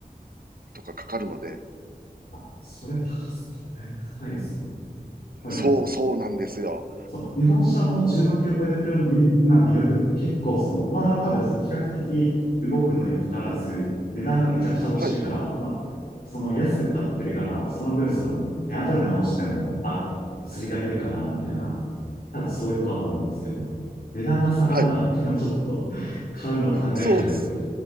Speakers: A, on the right; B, on the left.
A: とかかかるので、
B: あ、それ高す、だいぶ高いですね。はい。
A: そう、そうなんですよ。
B: そう、日本車の10万キロ超えた車の魅力まあ魅力って結構その、まだ多分その比較的動くのにかかわらず、値段がめちゃくちゃ落ちるから、
A: はい、
B: まあ、その安く買ってるから、その分その、ね後で直しても、あ、お釣りが出るかな、みたいな、多分そういうとこだと思うんですけど、値段が下がらなかったらちょっと
A: はい。
B: <laughs> 買うのは考えちゃいますけど
A: そうです、